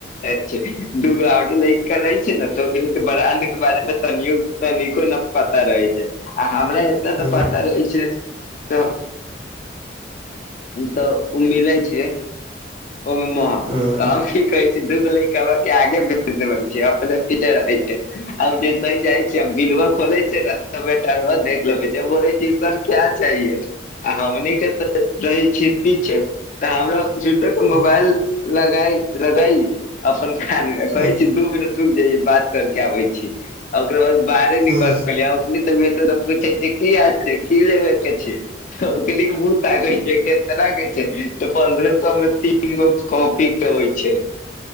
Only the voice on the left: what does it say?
छियै दू गो अउरी लड़िके रहै छै ने त ओखनीके ब्रांड के बारे मे तनियो तनिको न पता रहै छै आ हमरा एतना
तऽ पता रहै छै तऽ तऽ ओ मिले छै ओहिमे म
त की कहै छै दू गो लड़िका क आगे मे अपने पीछे रहै छै आब जे सहि जाइ छै बिलवा खोले छै न बेटा देख लेबै छै बोले छी सर क्या चाहिेये आ हमनी के त छिती छै तऽ हमरा झूठो के
मोबाइल लगाय लगयली अपन खानमे कहै
छी दू मिनट रुक जाइय बात कर के आबै छी आ ओकरा बाद बाहरे निकल
प ओ त बेटर पूछे छै की हाल छै की लेबे के छै ह प मूह ताकै छै के लागे छै त पन्द्र सएमे तीन गो कॉपी के होइ छै